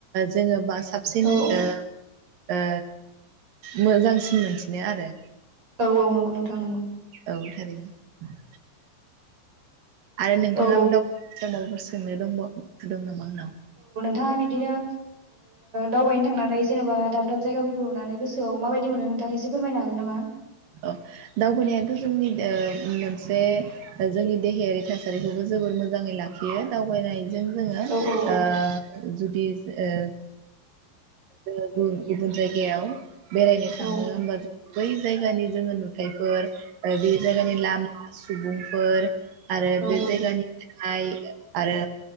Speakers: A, on the right; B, on the right.
A: जोंङो बास साबसिन
B: औ
A: ओ ओ मोजांसिन मोनसिनो आरो।
B: औऔ नंगौ नोथां नंगौ।
A: औ थारैनो। आरो नोंथाङाबो
B: औ
A: दा माबाफोर सोंनो दबा दं नामा होनदों?
B: थाङा बिदिनो दावबायनो थांनानै जेनेबा दाब दाब जायगाफोरखौ नुनानै गोसोआव माबायदि मोनो नोंथाङा एसे फोरमायनो हागोन नामा?
A: अ दावबायनायाथ' जोंनि मोनसे जोंनि देहायारि थासारिखौबो जोबोर मोजाङै लाखियो दावबायनाय जों जोङो
B: औ औ औ
A: ओ जुदि ओ ओ गु-गुबुन जायगायाव बेरायनो थाङो
B: औ
A: होमबा जों बै जायगानि जोङो नु जायफोर बे जायगानि लामा सुबुंफोर आरो
B: औ
A: बे जायगानि हाइ आरो